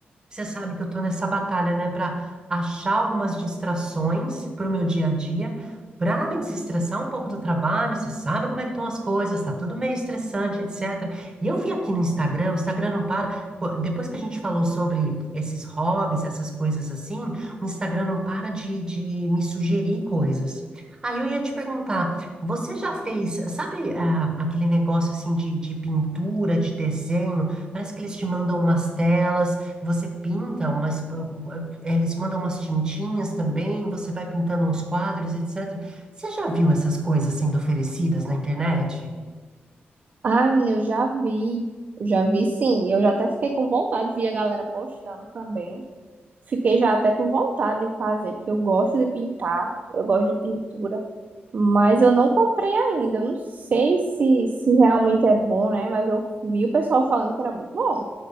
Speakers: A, on the right (about 20°); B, on the right (about 40°).
A: Você sabe que eu tô nessa batalha, né, para achar algumas distrações para o meu dia a dia, para me desestressar um pouco do trabalho. Você sabe como é que estão as coisas, tá tudo meio estressante, etc. E eu vi aqui no Instagram, o Instagram não para. pô, Depois que a gente falou sobre esses hobbies, essas coisas assim, o Instagram não para de, de me sugerir coisas. Aí eu ia te perguntar, você já fez, sabe, ah, aquele negócio assim de, de pintura, de desenho? Parece que eles te mandam umas telas. Você pinta umas. eh, eh, Eles mandam umas tintinhas também, você vai pintando uns quadros, etc. Você já viu essas coisas sendo oferecidas na internet?
B: Ai, menina, eu já vi, eu já vi sim, e eu já até fiquei com vontade, vi a galera postando também. Fiquei já até com vontade de fazer, porque eu gosto de pintar, eu gosto de pintura, mas eu não comprei ainda. Eu não sei se, se realmente é bom, né? Mas eu vi o pessoal falando que era muito bom.